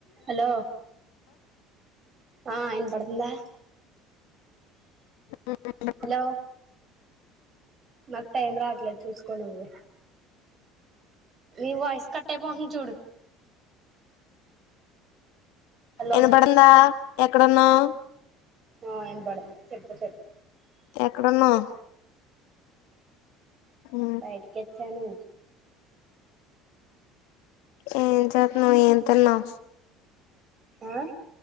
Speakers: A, on the right; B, on the left.
A: Hello ఆ వినపడుతుందా
B: ఉ ఉ
A: హలో నాక్ టైం రాట్లేద్ చూస్కో నువ్వే నీ వాయిస్ కట్టైపోతుంది చూడు హలో
B: ఇనపడిందా ఎక్కడున్నావ్
A: ఆ ఇనపడుతుంది చెప్పు చెప్
B: ఎక్కడున్నావ్. ఉ
A: బయటికి వచ్చాను
B: ఏం చేతున్నవ్ ఏం తిన్నావ్.
A: ఆ